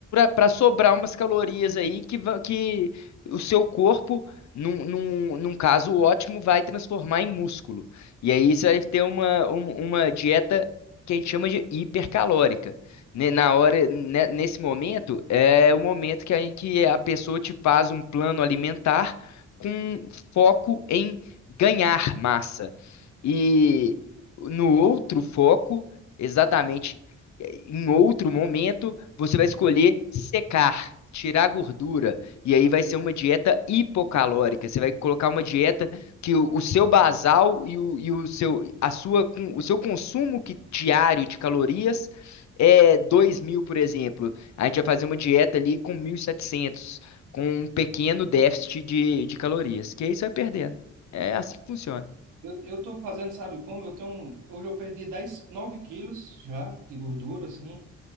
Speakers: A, on the left; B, on the right.
A: para sobrar umas calorias aí que, va- que o seu corpo, num, num, num caso ótimo, vai transformar em músculo. E aí você vai ter uma, um- uma dieta que a gente chama de hipercalórica. Ne- Na hora, ne- nesse momento, é o momento que a, que a pessoa te faz um plano alimentar com foco em ganhar massa. E no outro foco, exatamente, eh, em outro momento, você vai escolher secar, tirar gordura. E aí vai ser uma dieta hipocalórica. Você vai colocar uma dieta que o, o seu basal e, o, e o seu, a sua, con- o seu consumo que- diário de calorias é 2.000, por exemplo, a gente vai fazer uma dieta ali com 1.700, com um pequeno déficit de, de calorias, que aí você vai perdendo. É assim que funciona.
B: Eu, eu tô fazendo, sabe como? Eu tenho um, hoje eu perdi 10 9 quilos já de gordura, assim,